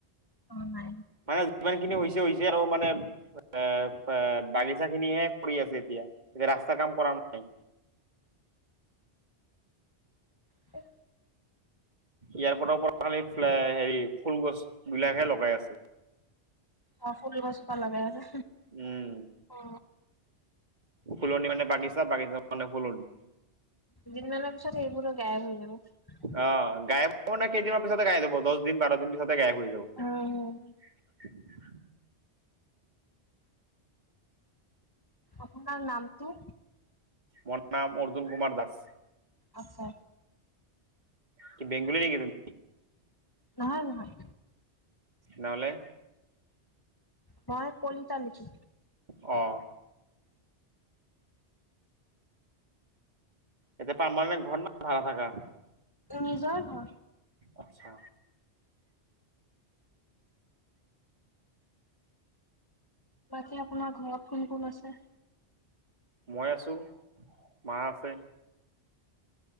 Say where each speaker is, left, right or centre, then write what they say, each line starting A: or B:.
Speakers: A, on the left (about 20°); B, on the right (about 40°).
A: অ নাই
B: মানে যিমানখিনি হৈছে হৈছে আৰু মানে এ বাগিচা খিনিহে পৰি আছে এতিয়া, এতিয়া ৰাস্তা কাম কৰা নাই।
A: হয়।
B: ইয়াৰ পৰা খালি হেৰি ফুল গছ বিলাকহে লগাই আছে।
A: অ' ফুল গছ যোপা লগাই আছে,
B: উম
A: অ'।
B: ফুলনি মানে বাগিচা বাগিচা মানে ফুলনি।
A: দুদিনমানৰ পিছত এইবোৰো গায়ব হৈ যাব।
B: অ' গায়ৱ মানে কেইদিনৰ পিছতে গায়ব হৈ যাব দহ দিন বাৰ দিন পিছতে গায়ৱ হৈ যাব।
A: অ'।
B: <unintelligible>
A: আপোনাৰ নামটো?
B: মোৰ নাম অৰ্জুন কুমাৰ দাস।
A: আছে।
B: কি বেংগলি নেকি তুমি?
A: নহয় নহয়।
B: নহ'লে?
A: মই কলিতা নেকি?
B: অ'। এয়া মানে ঘৰ নে ভাৰা থাকা?
A: নিজৰ ঘৰ।
B: আচ্ছা।
A: বাকী আপোনাৰ ঘৰত কোন কোন আছে?
B: মই আছোঁ, মা আছে।